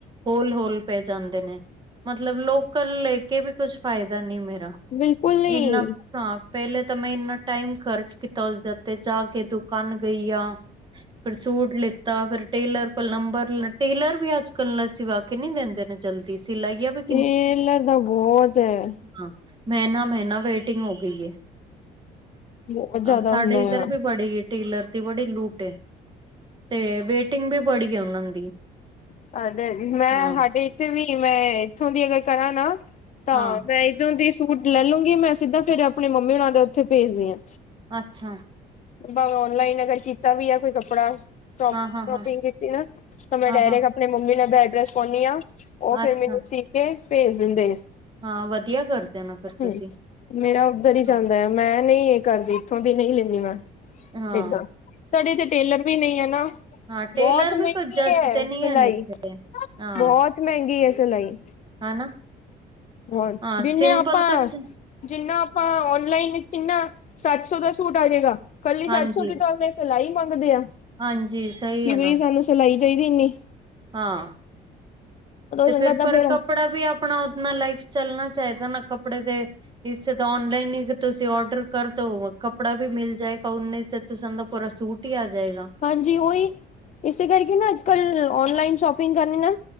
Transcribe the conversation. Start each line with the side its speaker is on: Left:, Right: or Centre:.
Right: ਹੋਲ-ਹੋਲ ਪੈ ਜਾਂਦੇ ਨੇ ਮਤਲਬ ਲੋਕਲ ਕੇ ਵੀ ਕੁਛ ਫਾਇਦਾ ਨੀ ਮੇਰਾ।
Left: ਬਿਲਕੁਲ ਨਹੀਂ
Right: ਇੰਨਾ ਹਾਂ, ਪੇਲੇ ਤਾਂ ਮੈਂ ਇੰਨਾ ਟਾਈਮ ਖਰਚ ਕੀਤਾ ਉਸਦੇ ਉੱਤੇ ਜਾਕੇ ਦੁਕਾਨ ਗਈਆ ਫਿਰ ਸੂਟ ਲਿੱਤਾ ਫਿਰ ਟੇਲਰ ਕੋਲ ਨੰਬਰਟੇਲਰ ਵੀ ਅੱਜ-ਕਲ ਸਿਵਾ ਕੇ ਨਹੀਂ ਦਿੰਦੇ ਨੇ ਜਲਦੀ ਸਿਲਾਈਆਂ ਵੀ
Left: ਤੇਲਰ ਦਾ ਬਹੁਤ ਹੈ
Right: ਹਾਂ, ਮ੍ਹੈਨਾ-ਮ੍ਹੈਨਾ ਵੇਟਿੰਗ ਹੋ ਗਈ ਏ।
Left: ਬਹੁਤ ਜ਼ਿਆਦਾ
Right: ਅੱਛਾ! ਸਾਡੇ
Left: ਹੁੰਦਾ
Right: ਇੱਧਰ
Left: ਆ।
Right: ਵੀ ਬੜੇ ਹੀ ਟੇਲਰ ਤੇ ਬੜੀ ਲੂਟ ‌ਏ, ਤੇ ਵੇਟਿੰਗ ਵੀ ਬੜੀ ਆ ਉਹਨਾਂ ਦੀ।
Left: ਸਾਡੇ ਹੈਗੀ ''ਮੈਂ
Right: ਹਾਂ
Left: ਇੱਥੇ ਵੀ ਮੈਂ ਇੱਥੋਂ ਦੀ ਅਗਰ ਕਰਾਂ ਨਾ ਤਾਂ
Right: ਹਾਂ
Left: ਮੈਂ ਜਦੋਂ ਦੀ ਸੂਟ ਲੈ ਲੂਗੀ ਮੈਂ ਸਿੱਧਾ ਫੇਰ ਆਪਣੀ ਮੰਮੀ ਉਹਨਾਂ ਦੇ ਉੱਥੇ ਭੇਜਦੀ ਆਂ
Right: ਅੱਛਾ!
Left: ਭਾਵੇਂ ਔਨਲਾਈਨ ਅਗਰ ਕੀਤਾ ਵੀ ਆ ਕੋਈ ਕੱਪੜਾ ਸ਼ੌ ਸ਼ੋਪਿੰਗ
Right: ਹਾਂ ਹਾਂ ਹਾਂ
Left: ਕੀਤੀ ਨਾ, ਤਾਂ ਮੈਂ
Right: ਹਾਂ
Left: ਡਾਇਰੈਕਟ
Right: ਹਾਂ
Left: ਆਪਣੀ ਮੰਮੀ ਨਾ ਦਾ ਐਡਰੈਸ ਪਾਉਂਦੀ ਆਂ ਉਹ ਫਿਰ
Right: ਅੱਛਾ
Left: ਮੈਨੂੰ ਸੀਕੇ ਭੇਜ ਦਿੰਦੇ ਨੇ।
Right: ਹਾਂ ਵਧੀਆ ਕਰਦੇ ਨਾ ਫਿਰ ਤੁਸੀਂ
Left: ਹੂੰ, ਮੇਰਾ ਉੱਧਰ ਹੀ ਜਾੰਦਾ
Right: ਹਾਂ
Left: ਆ ਮੈਂ ਨਹੀਂ ਇਹ ਕਰਦੀ ਇੱਥੋਂ ਦੀ ਨਹੀਂ ਲੈਂਦੀ ਮੈਂ
Right: ਹਾਂ
Left: ਏਦਾਂ! ਸਾਡੇ ਇੱਥੇ ਟੇਲਰ ਵੀ ਨਹੀਂ ਹੈ ਨਾ,
Right: ਹਾਂ ਟੇਲਰ
Left: ਬਹੁਤ
Right: ਵੀ
Left: ਮਹਿੰਗੀ
Right: ਕੋਈ ਜੱਜ
Left: ਹੈ
Right: ਤੇ ਨਹੀਂ
Left: ਸਿਲਾਈ
Right: ਨੀ ਹਨ ਇੱਥੇ ਹਾਂ
Left: ਬਹੁਤ ਮਹਿੰਗੀ ਹੈ ਸਿਲਾਈ
Right: ਹਨਾ।
Left: ਹੁਣ
Right: ਹਾਂ
Left: ਜਿੰਨੇ
Right: ਸਿੰਪਲ
Left: ਆਪਾਂ
Right: ਤੇ ਚ-
Left: ਜਿੰਨਾ ਹਾਂ ਔਨਲਾਈਨ ਕਿੰਨਾ ਸੱਤ-ਸੌ ਦਾ ਸੂਟ ਆ ਜਾਏਗਾ ਕੱਲੀ
Right: ਹਾਂਜੀ
Left: ਸੱਤ-ਸੌ ਦੀ ਤੁਹਾਂਨੂੰ ਮੈ ਸਿਲਾਈ ਮੰਗਦੇ ਆ ਕਿ
Right: ਹਾਂਜੀ ਸਹੀ ਹੈ
Left: ਬਈ
Right: ਨਾ
Left: ਸਾਨੂੰ ਸਿਲਾਈ ਚਾਹੀਦੀ ਇਨੀ
Right: ਹਾਂ ਤੇ
Left: ਚੰਗਾ
Right: ਫਿਰ
Left: ਤਾਂ
Right: ਪਰ
Left: ਫੇਰ
Right: ਕਪੜਾ ਵੀ ਆਪਣਾ ਉਹਨਾ ਲਾਈਟ ਚੱਲਣਾ ਚਾਹੀਦਾ ਨਾ ਕੱਪੜੇ ਤੇ ਇਸੇ ਤਾਂ ਔਨਲਾਈਨ ਹੀ ਤੁਸੀਂ ਔਡਰ ਕਰ ਦੋ ਕਪੜਾ ਵੀ ਮਿਲ ਜਾਏਗਾ, ਉੱਨੇ'ਚ ਤੁਸਾ ਦਾ ਪੂਰਾ ਸੂਟ ਹੀ ਆ ਜਾਏਗਾ।
Left: ਹਾਂਜੀ ਓਹੀ ਇਸੇ ਕਰਕੇ ਨਾ ਅੱਜ-ਕੱਲ ਔਨਲਾਈਨ ਸ਼ੋਪਿੰਗ ਕਰਨੀ ਨਾ